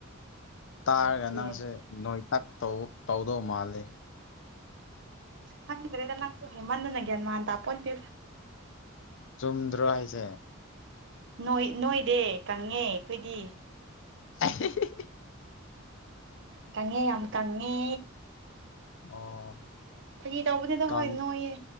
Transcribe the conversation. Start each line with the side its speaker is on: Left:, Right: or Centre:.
Right: ꯌꯧꯔꯛꯀꯦ
Left: ꯇꯥꯔꯒ ꯅꯪꯁꯦ ꯅꯣꯏ ꯇꯛꯧ ꯇꯧꯗꯧ ꯃꯥꯜꯂꯦ
Right: ꯍꯪꯗ꯭ꯔꯦꯗ ꯅꯪ ꯍꯦꯃꯟ ꯅꯒꯦꯌꯥꯜꯃ ꯇꯄꯣꯇꯤꯔ
Left: ꯆꯨꯝꯗ꯭ꯔꯣ ꯍꯥꯏꯁꯦ
Right: ꯣꯏ ꯅꯣꯏꯗ ꯀꯪꯉꯦ ꯑꯩꯈꯣꯏꯗꯤ
Left: <inaudible>
Right: ꯀꯪꯉꯦ ꯌꯥꯝ ꯀꯪꯉꯦ
Left: ꯑꯣ
Right: ꯐꯥꯒꯤ ꯇꯧꯕꯅꯤꯗ
Left: ꯀꯪ
Right: ꯍꯣꯏ ꯅꯣꯏꯌꯦ